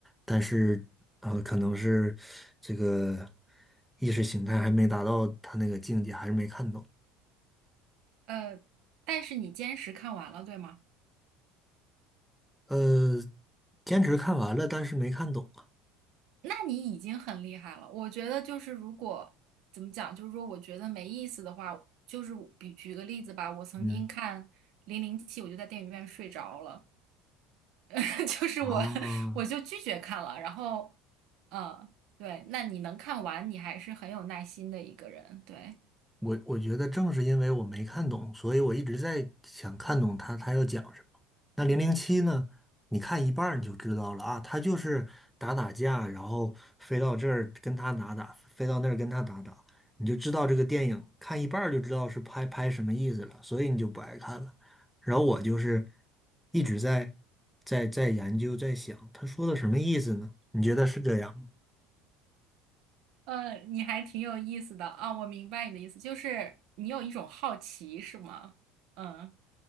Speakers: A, in the centre; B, on the right (about 65°).
A: 但是呃，可能是这个意识形态还没达到他那个境界，还是没看懂。
B: 呃，但是你坚持看完了，对吗？
A: 呃，坚持看完了，但是没看懂啊。
B: 那你已经很厉害了。我觉得就是如果怎么讲，就是说我觉得没意思的话，就是比举个例子吧，我曾经看《零零七》，
A: 嗯，
B: 我就在电影院睡着了，<laughs> 就是我
A: 啊，
B: 我就拒绝看了。然后，嗯，对，那你能看完，你还是很有耐心的一个人，对。
A: 我我觉得正是因为我没看懂，所以我一直在想看懂他他要讲什么。那零零七呢？你看一半儿你就知道了啊，他就是打打架，然后飞到这儿跟他打打，飞到那儿跟他打打，你就知道这个电影看一半儿就知道是拍拍什么意思了，所以你就不爱看了。然后我就是一直在在在研究在想他说的什么意思呢？你觉得是这样吗？
B: 呃，你还挺有意思的啊，我明白你的意思，就是你有一种好奇，是吗？嗯，